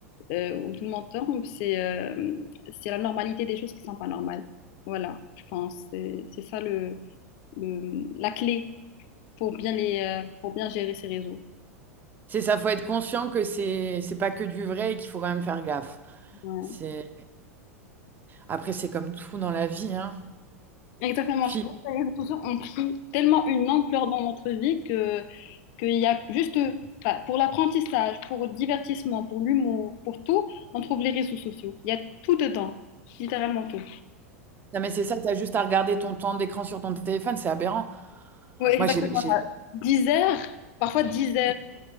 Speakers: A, on the left (about 50°); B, on the right (about 25°).
A: euh, où tout le monde tombe, c'est euh, c'est la normalité des choses qui sont pas normales. Voilà, je pense. C'est c'est ça le, le- la clé pour bien, les, euh, pour bien gérer ces réseaux.
B: C'est ça, faut être conscient que c'est, c'est pas que du vrai et qu'il faut quand même faire gaffe.
A: Ouais.
B: C'est... Après, c'est comme tout dans la vie, hein.
A: Exactement.
B: Puis,
A: Sur Les réseaux sociaux ont pris tellement une ampleur dans notre vie que qu'il y a juste eux. Enfin, pour l'apprentissage, pour le divertissement, pour l'humour, pour tout, on trouve les réseaux sociaux. Il y a tout dedans, littéralement tout.
B: non, mais c'est ça, t'as juste à regarder ton temps d'écran sur ton téléphone, c'est aberrant.
A: Oui, exactement.
B: Moi, j'ai, j'ai-
A: 10 heures, parfois 10 heures.